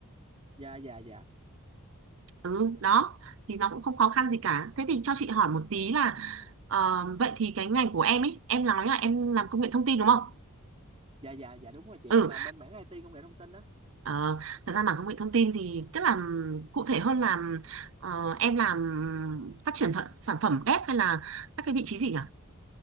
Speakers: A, on the right; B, on the right.
A: dạ dạ dạ
B: Ừ, đó thì nó cũng không khó khăn gì cả. Thế thì cho chị hỏi một tí là ờ, vậy thì cái ngành của em ấy, em nói là em làm công nghệ thông tin đúng không?
A: dạ dạ dạ đúng rồi chị
B: Ừ,
A: em làm bên mảng IT công nghệ thông tin á
B: ờ, thật ra mà công nghệ thông tin thì tức là ừm, cụ thể hơn là ừm, ờ, em làm phát triển phận- sản phẩm ghép hay là các cái vị trí gì nhỉ?